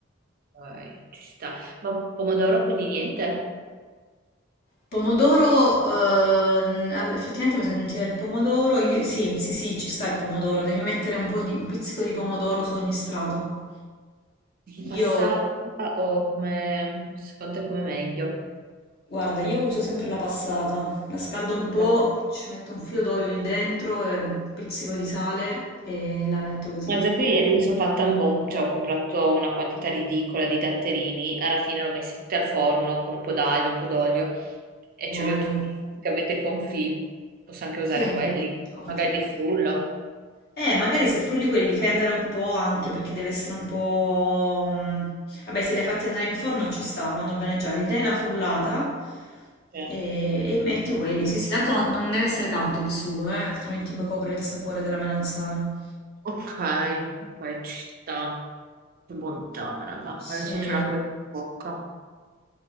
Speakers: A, on the right; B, on the left.
A: vai, ci sta. Ma pomodoro quindi niente?
B: Pomodoro, ehm, all- effettivamente mi sono dimenticata il pomodoro. Io- sì, sì, sì, ci sta il pomodoro. Devi mettere un po' di, un pizzico di pomodoro su ogni strato.
A: Passata
B: Io
A: o come secondo te come meglio?
B: Guarda, io uso sempre la passata, la scaldo
A: Ok.
B: un po', ci metto un filo d'olio lì dentro e un pizzico di sale e la metto così.
A: Guardate, ieri mi sono fatta un botto, cioè ho comprato una quantità ridicola di datterini, alla fine li ho messi tutti al forno con un po' d'aglio, un po' d'olio e
B: Buoni.
A: ce li ho tutti praticamente confì. Posso anche usare
B: Sì,
A: quelli,
B: confit.
A: magari li frullo.
B: Eh, magari se frulli quelli li fai andare un po' anche perché deve essere un po'... mm, Vabbè, se li hai fatti andare in forno ci sta, vanno bene già. Gli dai una frullata
A: Cioè,
B: e, e metti quelli. Sì, sì, tanto non, non deve essere tanto il sugo, eh, altrimenti poi copre il sapore della melanzana.
A: Ok, ok, ci sta. Che bontà, raga.
B: Sì.
A: Adesso ce l'ho con in bocca.